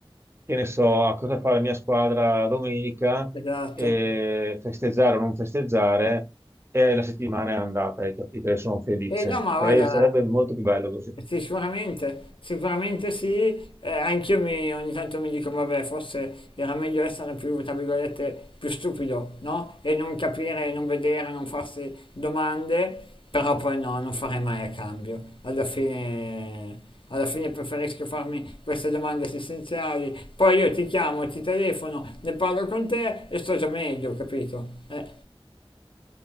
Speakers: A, on the right (about 25°); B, on the left (about 60°).
A: che ne so, a cosa fa la mia squadra domenica,
B: Esatto.
A: e festeggiare o non festeggiare e la settimana è andata, hai capito? E sono felice.
B: E no, ma
A: Sarei-
B: guarda,
A: sarebbe molto più bello così.
B: Sì, sicuramente, sicuramente sì, eh, anch'io mi- ogni tanto mi dico, vabbè, forse era meglio essere più, tra virgolette, più stupido, no? E non capire, non vedere, non farsi domande, però poi no, non farei mai a cambio. Alla fine, alla fine preferisco farmi queste domande esistenziali, poi io ti chiamo, ti telefono, ne parlo con te e sto già meglio, capito? Eh,